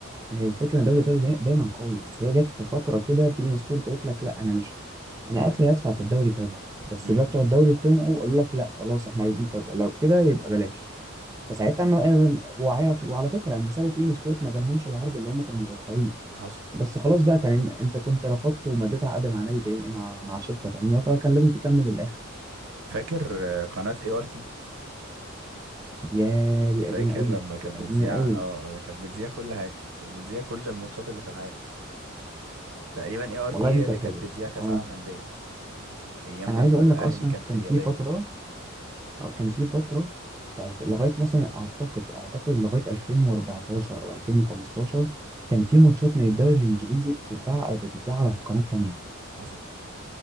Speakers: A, on the right; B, on the right.
A: هي الفكره ان الدوري الايطالي داي- دايما قوي بس هي جت في فتره كده بي ان سبورت قالت لك لا انا مش انا اخري هدفع في الدوري كذا بس
B: امم
A: بقى بتوع الدوري طمعوا وقالوا لك لا خلاص احنا عايزين كذا لو كده يبقى بلاش فساعتها ما... آه، وعلى... وعلى فكره لما سابوا بي ان سبورت ما جالهمش العرض اللي هم كانوا متوقعينه
B: حصل
A: بس خلاص بقى كان انت كنت رفضت ومضيت عقد مع نادي تاني مع مع شركه تانيه فكان لازم تكمل للاخر
B: فاكر آه، قناة اي ار تي
A: يا دي
B: فاكر
A: قديمه قوي
B: لما كانت
A: دي قديمه
B: بتذيع
A: قوي
B: اه آه، كانت بتذيع كل حاجة كانت بتذيع كل الماتشات اللي في العالم تقريبا اي ار
A: والله
B: تي
A: يا
B: هي
A: ابني
B: اللي
A: كانت
B: كانت
A: حلوه
B: بتذيع كاس
A: اه
B: عالم أندية ايام
A: انا
B: لما
A: عايز اقول
B: الاهلي
A: لك اصلا
B: كان في
A: كان
B: اليابان
A: في فتره اه كان في فترة في الف... لغاية مثلا أعتقد أعتقد لغاية 2014 أو 2015 كان في ماتشات من الدوري الإنجليزي بتتباع بتتذاع على قناة تانية
B: حصل